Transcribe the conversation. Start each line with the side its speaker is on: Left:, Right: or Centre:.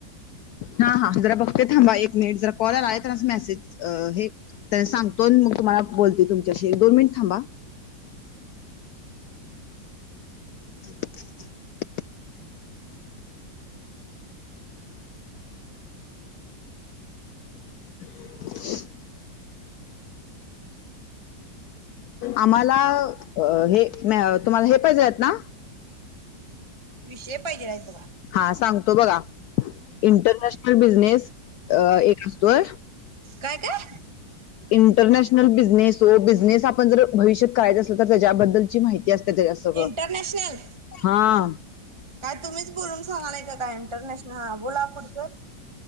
Left: हां हां, जरा बघते थांबा एक मिनिट जरा कॉल या लागलाय त्यांनासनी मेसेज हे सांगतो आणि तुम्हाला बोलते तुमच्याशी एक दोन मिनिट थांबा. <inaudible> <inaudible> आम्हाला हे तुम्हाला हे पाहिजे आहेत ना?
Right: विषय पाहिजेल आहेत बघा.
Left: हा सांगतो बघा. इंटरनॅशनल बिझनेस अ एक असतोय.
Right: काय काय?
Left: इंटरनॅशनल बिझनेस ओ, बिझनेस आपण जर भविष्यात करायचा असेल, तर त्याच्याबद्दलची माहिती अस <unintelligible> सगळं
Right: इंटरनॅशनल
Left: हां.
Right: काय तुम्हीच बोलून सांगालाय का काय, इंटरनॅशनल हां बोला पुढचं.